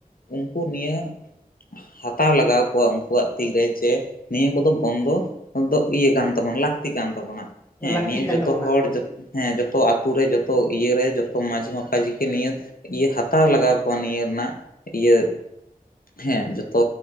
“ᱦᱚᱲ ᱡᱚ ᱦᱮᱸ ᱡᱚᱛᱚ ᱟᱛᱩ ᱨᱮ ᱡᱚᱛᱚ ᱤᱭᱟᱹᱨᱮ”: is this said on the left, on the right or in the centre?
Left